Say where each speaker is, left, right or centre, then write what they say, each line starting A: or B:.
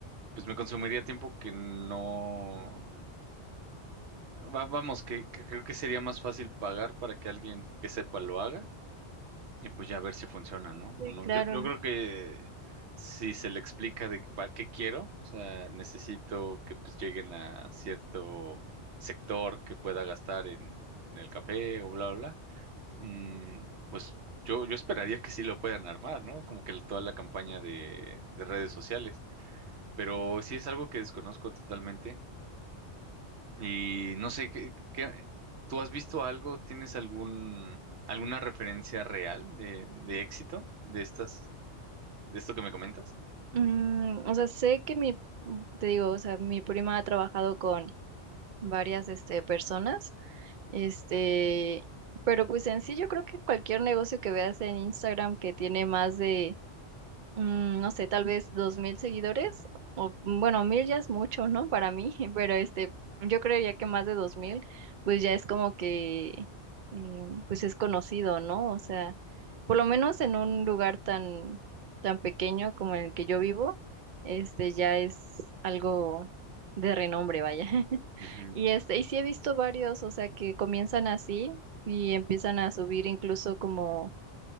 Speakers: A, on the right; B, on the right.
A: pues me consumiría tiempo que no... va- vamos, que, que creo que sería más fácil pagar para que alguien que sepa lo haga y pues ya ver si funciona, ¿no?
B: sí,
A: O no.
B: claro.
A: Yo, yo creo que si se le explica de para qué quiero, o sea, necesito que pues lleguen a cierto sector que pueda gastar en, en el café o bla, bla, bla Mm, pues yo, yo esperaría que sí lo puedan armar, ¿no? Como que el- toda la campaña de, de redes sociales. Pero sí es algo que desconozco totalmente. Y no sé, ¿qué, qué- tú has visto algo? ¿Tienes algún, alguna referencia real de, de éxito de estas, de esto que me comentas?
B: Mm, o sea, sé que mi, te digo, o sea, mi prima ha trabajado con varias, este, personas, este, pero pues en sí yo creo que cualquier negocio que veas en Instagram que tiene más de mm, no sé, tal vez dos mil seguidores, o bueno, mil ya es mucho, ¿no? Para mí, <laughs> pero este, yo creería que más de dos mil, pues ya es como que, eh, pues es conocido, ¿no? O sea, por lo menos en un lugar tan, tan pequeño como el que yo vivo, este, ya es algo de renombre, vaya. <laughs>
A: Ujú,
B: Y este, y sí he visto varios, o sea, que comienzan así y empiezan a subir incluso como